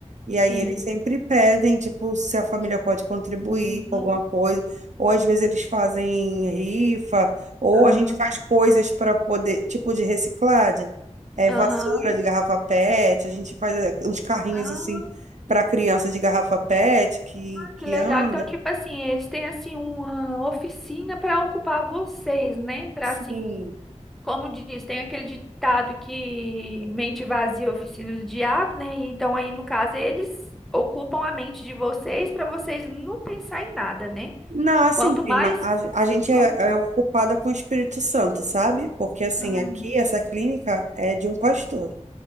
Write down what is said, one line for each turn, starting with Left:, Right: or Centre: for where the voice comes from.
Right: E aí
Centre: sim.
Right: eles sempre pedem, tipo, se a família pode contribuir
Centre: Uhum.
Right: com alguma coisa, ou às vezes eles fazem rifa, ou
Centre: Ah,
Right: a gente faz coisas para poder, tipo de reciclagem, é,
Centre: Aham.
Right: vassoura de garrafa PET, a gente faz é, uns carrinhos
Centre: Ah,
Right: assim para criança de garrafa PET que, que
Centre: que legal.
Right: anda.
Centre: Então, tipo assim, eles têm assim uma oficina para ocupar vocês, né? Para
Right: Sim.
Centre: assim Como diz, tem aquele ditado que mente vazia, oficina do diabo, né? E Então, aí, no caso, eles ocupam a mente de vocês para vocês não pensar em nada, né?
Right: Não, assim,
Centre: Quanto
Right: prima,
Centre: mais.
Right: a, a gente
Centre: Como
Right: é,
Centre: que...
Right: é ocupada com o Espírito Santo, sabe? Porque, assim,
Centre: Ah.
Right: aqui essa clínica é de um pastor,